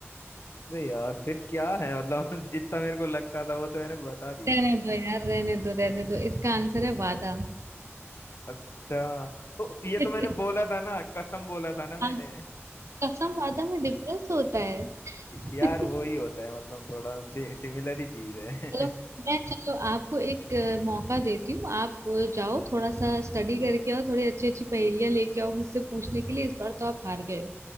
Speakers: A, on the left (about 60°); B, on the right (about 80°).
A: अरे यार फिर क्या है मतलब <laughs> जितना मेरे को लगता था वो तो मैंने बता दिया
B: रहने दो यार रहने दो रहने दो इसका आंसर है वादा
A: अच्छा तो
B: <laughs>
A: ये तो मैंने बोला था ना कसम बोला था ना मैंने
B: हाँ, कसम वादा में डिफरेंस होता है <laughs>
A: यार वो ही होता है मतलब थोड़ा सिमिलर ही चीज है
B: चलो
A: <laughs>
B: मैं चलो आपको एक अ, मौका देती हूँ आप अ, जाओ थोड़ा सा स्टडी करके आओ थोड़ी अच्छी अच्छी पहेलियां लेके आओ मुझसे पूछने के लिए इस बार तो आप हार गए हो